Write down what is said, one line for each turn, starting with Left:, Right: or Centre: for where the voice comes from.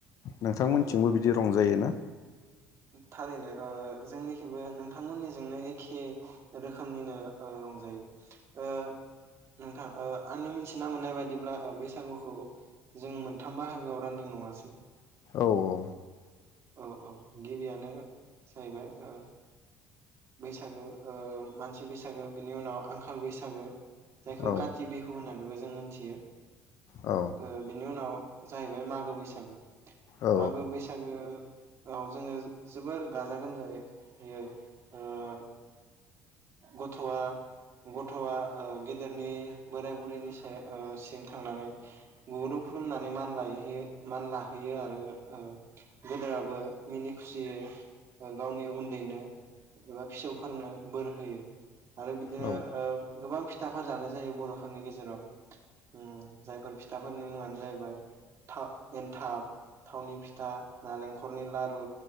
Left: नोंथांमोनथिंबो
Right: थारैनो
Left: बिदि रंजायोना?
Right: थारैनो ओ जोंनिखिबो नोंथांमोननिजोंनो एखे रोखोमनिनो ओ रंजायो ओ नोंथां ओ आंनि मिथिना मोननाय बायदिब्ला ओ बैसागुखौ जों मोनथाम बाहागोआव रानदों नङासै?
Left: औ औ।
Right: औ औ गिबियानो जाहैबाय ओ बैसागो ओ मानसि बैसागो बिनि उनाव आंखाल बैसागो। जायखौ
Left: औ
Right: काति बिहु होनना नैबो जों मोनथियो।
Left: औ
Right: ओ बिनि उनाव जाहैबाय मागो बैसागो।
Left: औ
Right: मागो बैसागो औ जोङो जोबोर गाजा गोमजायै ओ गथ'आ गथ'आ ओ गेदेरनि बोराय बुरैनि साय ओ सिम थांनानै गुगुरु खुलुमनानै मान लायहोयै मान लाहैयो आरो ओ गोदोराबो मिनि खुसियै ओ गावनि उन्दैनो एबा फिसौफोरनो बोर होयो। आरो बिदिनो
Left: औ
Right: ओ गोबां फि थाफोर जानाय जायो बर'फोरनि गेजेराव उम जायफोर फिथाफोरनि मुङानो जाहैबाय था एनथाब, थावनि फिथा, नालेंखरनि लारु,